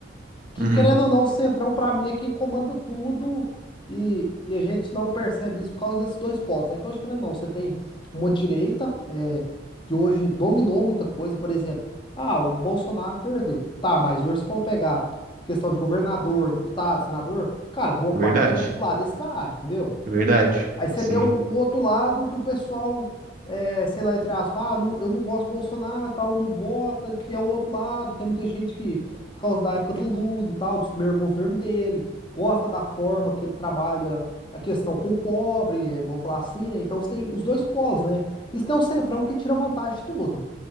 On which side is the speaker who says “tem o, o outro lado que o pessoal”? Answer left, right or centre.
Left